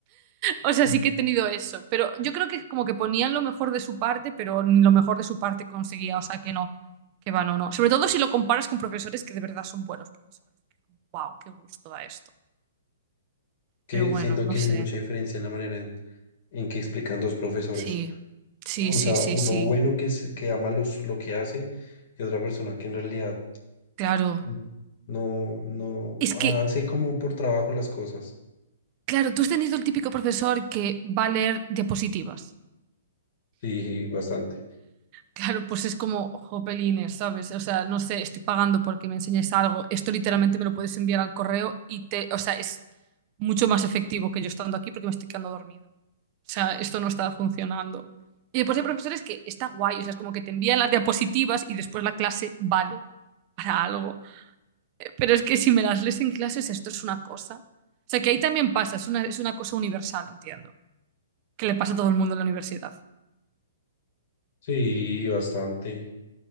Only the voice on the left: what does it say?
Mm.
Que
siento
que
hay mucha diferencia en la manera en, en que explican dos profesores.
O
sea,
uno
bueno que, se- que ama los, lo que hace y otra persona que en realidad
mm, no, no
hace como por trabajo las cosas.
Sí, bastante.
Sí, bastante,